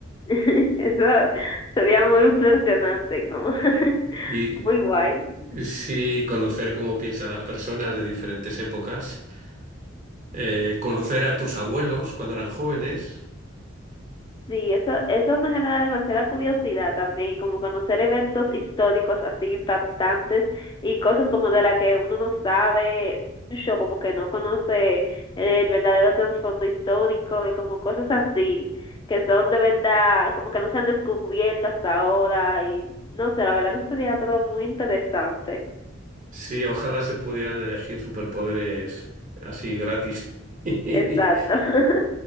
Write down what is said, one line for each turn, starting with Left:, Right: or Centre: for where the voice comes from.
Left: <laughs> Eso sería muy impresionante, como <laughs>
Right: Y
Left: muy guay.
Right: eh, sí, conocer cómo piensan las personas de diferentes épocas. eh, conocer a tus abuelos cuando eran jóvenes.
Left: Sí, eso, eso me genera demasiada curiosidad también, y como conocer eventos históricos así impactantes y cosas como de la que uno no sabe mucho, como que no conoce el verdadero trasfondo histórico y como cosas así que son de verdad, como que no se han descubierto hasta ahora y no sé, la verdad que eso sería todo muy interesante.
Right: Sí, ojalá se pudieran elegir superpoderes así gratis. <laughs>
Left: Exacto. <laughs>